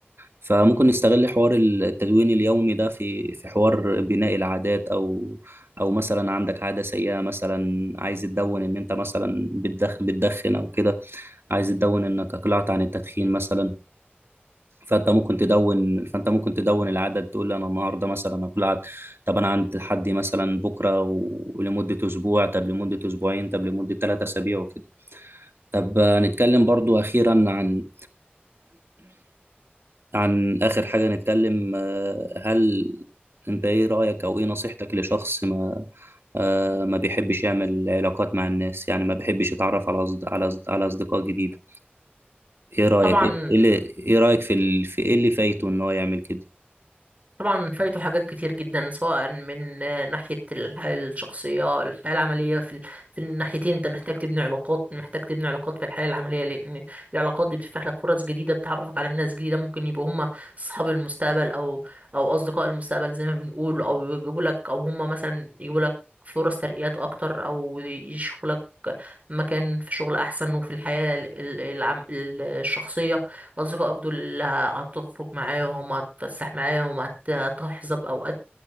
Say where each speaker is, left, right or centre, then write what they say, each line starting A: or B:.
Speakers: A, on the right; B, on the right.
A: فممكن نستغل حوار التدوين اليومي ده في في حوار بناء العادات أو أو مثلا عندك عادة سيئة مثلا عايز تدون إن أنت مثلا بتدخ بتدخن أو كده عايز تدون إنك أقلعت عن التدخين مثلا فانت ممكن تدون فانت ممكن تدون العدد تقول لي انا النهارده مثلا هاكل عدد طب انا عند حدي مثلا بكره و- ولمده اسبوع طب لمده اسبوعين طب لمده ثلاثة اسابيع وكده طب آه، نتكلم برضو اخيرا عن عن اخر حاجه نتكلم آه، هل انت ايه رايك او ايه نصيحتك لشخص ما آه، ما بيحبش يعمل علاقات مع الناس يعني ما بيحبش يتعرف على أصد... على أصد... على اصدقاء جديده ايه رايك
B: طبعا
A: ايه إيه اللي ايه رايك في ال... في ايه اللي فايته ان هو يعمل كده
B: طبعا فايته حاجات كتير جدا سواء من آه، ناحية الحياة الشخصية الحياة العملية في ال- في الناحيتين انت محتاج تبني علاقات محتاج تبني علاقات في الحياة العملية لأن العلاقات دي بتفتح لك فرص جديدة بتعرفك على ناس جديدة ممكن يبقوا هم أصحاب المستقبل أو أو أصدقاء المستقبل زي ما بنقول أو يجيبوا لك أو هم مثلا يجيبوا لك فرص ترقيات أكتر أو يشوفوا لك مكان في شغل أحسن وفي الحياة ال- ال- العم- ال- الشخصية أصدقائك دول اللي هتخرج معاهم هتتفسح معاهم هت- هتحظى بأوقات